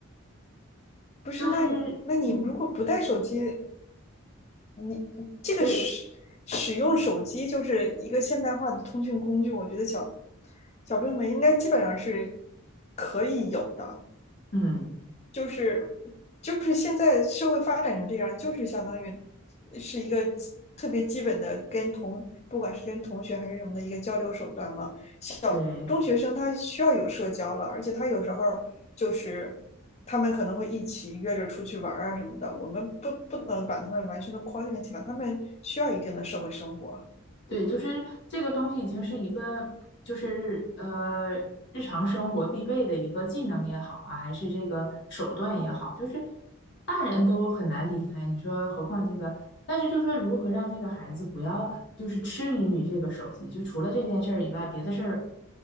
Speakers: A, on the left (about 30°); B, on the left (about 55°).
A: 不是？那你那你如果不带手机，
B: 就是嗯，
A: 你这个使使用手机就是一个现代化的通讯工具，
B: 对，
A: 我觉得小小朋友们应该基本上是可以有的。
B: 嗯，
A: 就是就是现在社会发展成这样，就是相当于是一个特别基本的跟同不管是跟同学还是什么的一个交流手段嘛。小中学生他需要有社交了，
B: 对，
A: 而且他有时候就是他们可能会一起约着出去玩啊什么的，我们不不能把他们完全的框定起来，他们需要一定的社会生活。
B: 对，就是这个东西已经是一个，就是呃，日常生活必备的一个技能也好啊，还是这个手段也好，就是大人都很难离开，你说何况这个，但是就说如何让这个孩子不要就是痴迷于这个手机，就除了这件事儿以外，别的事儿